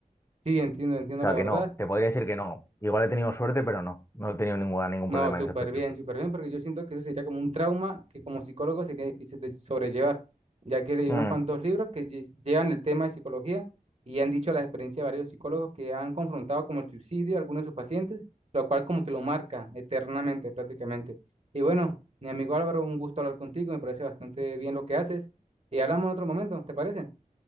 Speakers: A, on the right; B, on the left.
A: Sí, entiendo, entiendo
B: O sea
A: la verdad.
B: que no, te podría decir que no. Igual he tenido suerte, pero no, no he tenido ninguna, ningún
A: No,
B: problema
A: súper
B: en ese aspecto.
A: bien, súper bien, porque yo siento que eso sería como un trauma que como psicólogo sería difícil de sobrellevar, ya que leí unos
B: Mm,
A: cuantos libros que lle- llevan el tema de psicología y han dicho la experiencia de varios psicólogos que han confrontado como el suicidio a algunos de sus pacientes, lo cual como que lo marca eternamente prácticamente. Y bueno, mi amigo Álvaro, un gusto hablar contigo, me parece bastante bien lo que haces y hablamos en otro momento, ¿te parece?